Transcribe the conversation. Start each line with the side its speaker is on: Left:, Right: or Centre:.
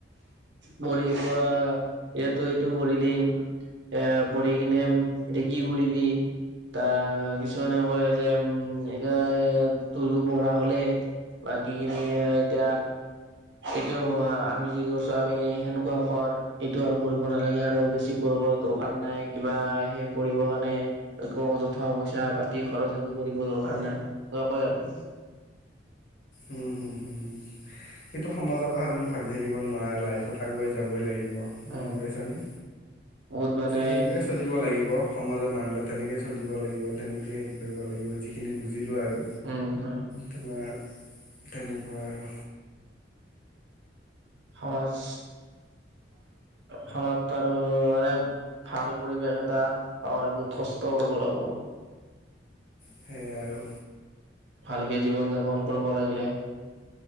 Right: পঢ়ি পোৱা এইটো এইটো পঢ়িলি এ পঢ়ি কিনে এতিয়া কি কৰিবি? তাৰ কিছুমানে কয় যে উম এতিয়া তোৰো পঢ়া হ'লে বাকী খিনি এতিয়া সেই টো আমি যি কৰিছো আমি সেনেকুৱা কৰ। এইটো আৰু পঢ়িব নালাগে আৰু বেছি পঢ়িব দৰকাৰ নাই। কিবা সেই পঢ়িবৰ কাৰণে আকৌ অযথা পইচা পাতি খৰচ। একো কৰিব দৰকাৰ নাই কয় আৰু।
Left: উম, হম- হুম সেই টো সমাজৰ কথা তুমি ভাবি থাকিব নোৱাৰা। লাইফত আগুৱাই যাবই লাগিব।
Right: উম
Left: বুজি পাইছানে?
Right: বহুত মানে
Left: হেৰি কে চলিব লাগিব। সমাজৰ মানুহ লগত তেনেকে চলিব লাগিব তেনেকে হেৰি কৰিব লাগিব। যিখিনি বুজ দিলো আৰু
Right: উম
Left: তোমাৰ তেনেকুৱা আৰু
Right: সমাজ খনত আৰু মানে ভাল পৰিৱেশ এটা মানে বহুত কষ্ট কৰিব লাগিব।
Left: সেইয়াই আৰু
Right: ভালকে জীৱন-যাপন কৰিব লাগিলে